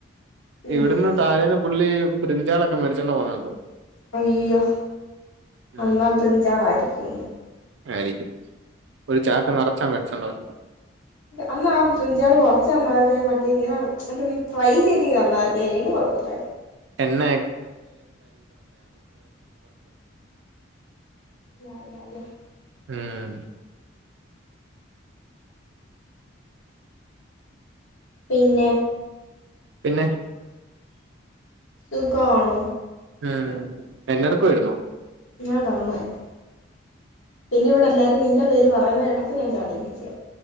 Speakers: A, on the left; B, on the right.
A: ഉം
B: ഇവിടന്ന് താഴേന്ന് പുള്ളി ബ്രിഞ്ചാൽ ഒക്കെ മേടിച്ചോണ്ട് പോകുന്നത് കണ്ടു
A: അയ്യോ
B: ഉം
A: അന്നാ ബ്രിഞ്ചാളായിരിക്കും ഇന്ന്
B: ആയിരിക്കും ഒരു ചാക്ക് നിറച്ചാണ് വെടിച്ചോണ്ട് പോയെ
A: അന്നാ ആ ബ്രിഞ്ചാൾ കൊറച്ച് തന്നായിരുന്നേ മറ്റേ ഇങ്ങനെ മറ്റേ ഫ്രൈ ചെയ്ത് ഇങ്ങ് തന്നായിരുന്നെങ്കിലും കൊഴപ്പമില്ലായിരുന്നു.
B: എണ്ണ
A: യഹ് യഹ് യഹ്
B: ഉം
A: പിന്നെ
B: പിൻ
A: സുഖാണോ
B: ഉം എന്നെടുക്കുവാര്ന്നൊ
A: ഞാവടെ ഒറങ്ങുവായ്രുന്നു പിന്നെ ഇവിടെ നിന്റെ പേര് പറയുന്ന കേട്ടപ്പോ ഞാൻ ചാടി എണീച്ചെയാ